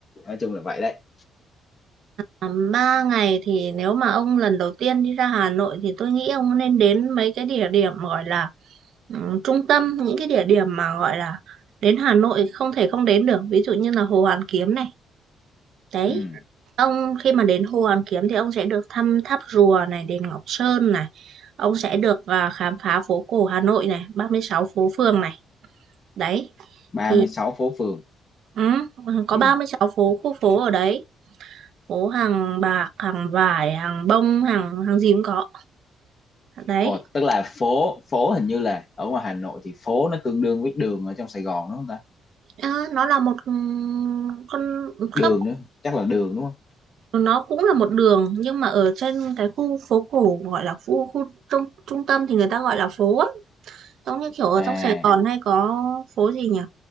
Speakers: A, on the left; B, on the right.
A: nói chung là vậy đấy
B: À, ba ngày thì nếu mà ông lần đầu tiên đi ra Hà Nội thì tôi nghĩ ông nên đến mấy cái địa điểm gọi là ừm, trung tâm những cái địa điểm mà gọi là đến Hà Nội không thể không đến được ví dụ như là Hồ Hoàn Kiếm này đấy
A: Ừm,
B: ông khi mà đến Hồ Hoàn Kiếm thì ông sẽ được thăm tháp rùa này đền Ngọc Sơn này ông sẽ được à, khám phá phố cổ Hà Nội này 36 phố phường này đấy
A: ba
B: thì
A: mươi sáu phố phường
B: ừ, có
A: Ừm.
B: ba mươi sáu phố khu phố ở đấy phố hàng bạc hàng vải hàng bông hàng hàng gì cũng có đấy
A: Ồ, tức là phố phố hình như là ở ngoài Hà Nội thì phố nó tương đương với đường ở trong Sài Gòn đúng không ta
B: Ờ, nó là một ừ, con khớp
A: đường nữa chắc là đường đúng không
B: nó cũng là một đường nhưng mà ở trên cái khu phố cổ gọi là khu khu trung trung tâm thì người ta gọi là phố á giống như kiểu ở
A: à
B: trong Sài À, Gòn hay có phố gì nhỉ